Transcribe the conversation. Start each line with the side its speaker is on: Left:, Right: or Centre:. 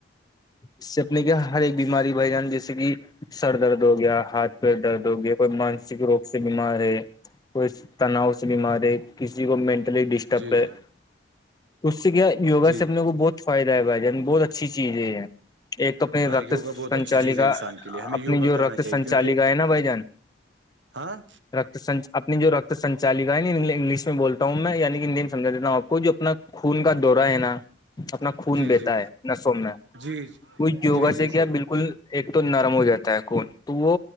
Left: اس سے اپنے کے ہر ایک بیماری بھائی جان جیسے کہ سر درد ہو گیا ہاتھ پیر درد ہو گیا کوئی مانسک روگ سے بیمار ہے کوئی تناؤ سے بیماری کسی کو مینٹلی ڈسٹرب
Right: جی
Left: ہے
Right: جی
Left: تو اس سے کیا یوگا
Right: جی
Left: سے اپنے کو بہت فائدہ ہے بھائی جان بہت اچھی چیز ہے یہ ایک تو اپنی
Right: ہاں
Left: رکت
Right: یوگا بہت
Left: سنچالکا
Right: اچھی چیز ہے انسان کے لیے ہمیں یوگا
Left: اپنی جو
Right: کرنا
Left: رکت
Right: چاہیے
Left: سنچالکا
Right: کیونکہ
Left: ہے نا بھائی جان
Right: ہاں
Left: رت اپنی جو رکت سنالکا ہے انگلش میں بولتا ہوں میں یعنی کہ ہندی میں سجھا دیتا ہوں آپ کو جو اپنا خون کا دورا ہے نا اپنا خون
Right: جی
Left: بیتا
Right: جی
Left: ہے نسوں میں
Right: جی
Left: وہ یوگا
Right: جی جی
Left: سے کیا
Right: صحیح
Left: بلکل ایک تو نرم ہو جاتا ہے خون تو وہ